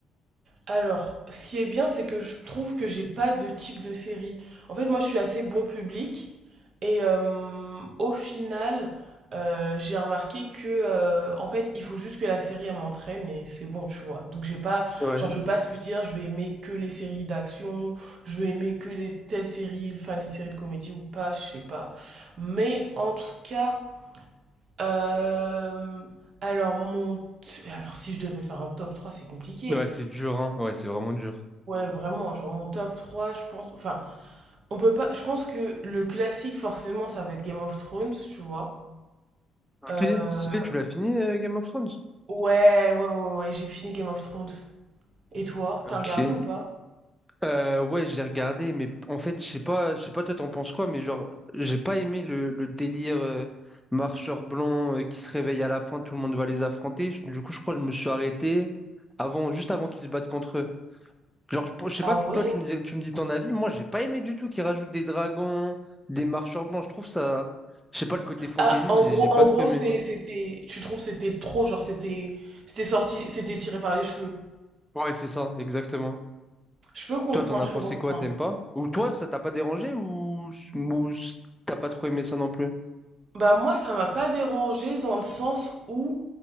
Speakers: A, on the right (about 45°); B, in the centre.
A: Alors, ce qui est bien, c'est que je trouve que j'ai pas de type de série. En fait, moi, je suis assez bon public et euh, au final, euh, j'ai remarqué que, euh, en fait, il faut juste que la série elle m'entraîne et c'est bon, tu vois. Donc, j'ai pas,
B: Ouais.
A: genre, je vais pas te dire, je vais aimer que les séries d'action, je vais aimer que les telles séries, enfin les séries de comédie ou pas, je sais pas. Mais en tout cas, euh, alors mon, alors si je devais faire un top 3, c'est compliqué.
B: Ouais, c'est dur, hein. Ouais, c'est vraiment dur.
A: Ouais, vraiment, genre mon top 3 je pense. Enfin, on peut pas. Je pense que le classique, forcément, ça va être Game of Thrones, tu vois.
B: Ok,
A: Euh,
B: stylé, tu l'as fini, euh, Game of Thrones?
A: Ouais, ouais, ouais, ouais, ouais, j'ai fini Game of Thrones. Et toi,
B: Ok.
A: t'as regardé ou pas?
B: Euh, ouais, j'ai regardé, mais en fait, je sais pas, je sais pas toi t'en penses quoi, mais genre, j'ai pas aimé le, le délire euh, marcheur blanc euh, qui se réveille à la fin, tout le monde va les affronter. Je- Du coup, je crois que je me suis arrêté avant, juste avant qu'ils se battent contre eux. Genre, je, je sais
A: Ah
B: pas, tu-
A: ouais?
B: toi tu me dis, tu me dis ton avis, moi j'ai pas aimé du tout qu'ils rajoutent des dragons, des marcheurs blancs. Je trouve ça, je sais pas, le côté fantaisiste,
A: Ah, en
B: j'ai
A: gros,
B: j'ai pas
A: en
B: trop
A: gros,
B: aimé.
A: c'est- c'était. Tu trouves c'était trop, genre, c'était. C'était sorti, c'était tiré par les cheveux.
B: Ouais, c'est ça, exactement.
A: Je peux comprendre,
B: Toi, t'en as
A: je
B: pensé
A: peux comprendre.
B: quoi, t'aimes pas? Ou toi, ça t'a pas dérangé ou, ou t'as pas trop aimé ça non plus?
A: Bah moi ça m'a pas dérangé dans le sens où